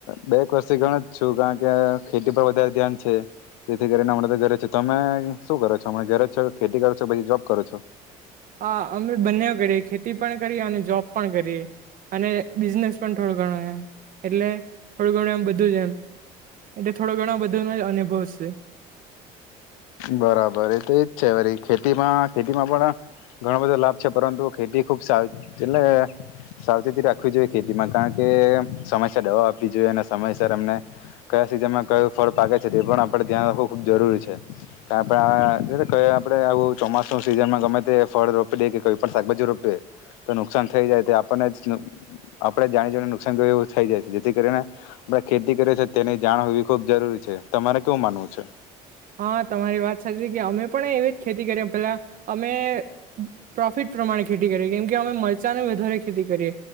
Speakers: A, on the left; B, on the right.
A: બે એક વર્ષથી ઘણ જ છું કારણ કે ખેતી પર વધારે ધ્યાન છે જેથી કરીને હણા તો ઘરે છે તમે શું કરો છો હમ ઘરે જ છો ખેતી કરો છો કે પછી જોબ કરો છો?
B: અ અમે બંનેઓ ઘરે છે ખે પણ કરીએ અને જોબ પણ કરીએ. અને બિઝનેસ પણ થોડો ઘણો એમ એટલે થોડું ઘણું એમ બધું જ એમ એટલે થોડો ઘણો બધું ન અનુભવ છે.
A: બરાબર એ તો એ જ છે. ખેતીમાં ખેતીમાં પણ ઘણો બધો લાભ છે પરંતુ ખેતી ખૂબ સાવ એટલે સાવચેતી રાખવી જોઈએ ખેતીમાં કારણ કે સમયસર દવા આપવી જોઈએ અને સમયસર એમને કયા સિઝનમાં કયું ફળ પાગે છે તે પણ આપણે ધ્યાન રાખવું ખૂબ જરૂરી છે. આપે આ આપડે આવું ચોમાસ નું સિઝનમાં ગમે તે ફળ રોપી દે કે કોઈ પણ શાકભાજી રોપીએ તો નુકસાન થઈ જાય તે આપણને આપડે જાણી જઈને નુકસાન થય એવું થઈ જાય છે જેથી કરીને આપણે ખેતી કરીએ છે તેની જાણ હોવી ખુબ જરૂરી છે તમારે કેવું માનવું છે.
B: હા તમારી વાત સાચી કે અમે પણ એવી જ ખેતી કરીએ પેલા અમે પ્રોફિટ પ્રમાણે ખેતી કરી કેમ કે અમે મરચાંની વધારે ખેતી કરીએ